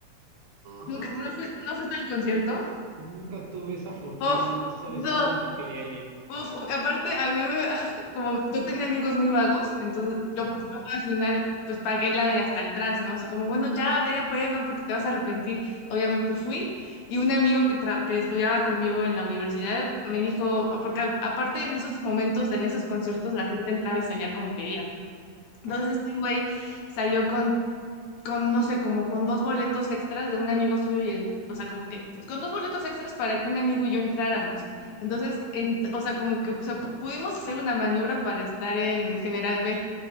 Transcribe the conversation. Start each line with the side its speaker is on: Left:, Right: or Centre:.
Right: Ajá.
Left: ¿Nunca, no, fui- no fuiste al concierto?
Right: Nunca tuve esa fortuna
Left: Oh,
Right: y no sabes
Left: no.
Right: cuánto quería ir.
Left: Uf, u- aparte, a mí me, <laughs> como yo tenía amigos muy vagos, entonces
Right: Ajá,
Left: yo, yo al final pues pagué la de hasta atrás, ¿no? Así como, bueno, ya ve, ve, ve, porque te vas a arrepentir. Obviamente fui y un amigo que, tra- que estudiaba conmigo en la universidad me dijo, porque a- aparte en esos momentos, en esos conciertos, la gente entraba y salía como quería. Entonces,
Right: ajá.
Left: este güey salió con con, no sé, como con dos boletos extras de un amigo suyo y el, o sea, como que con dos boletos extras para que un amigo y yo entráramos. Entonces,
Right: sí.
Left: en, o sea, como que o sea, pudimos hacer una maniobra para estar en General B.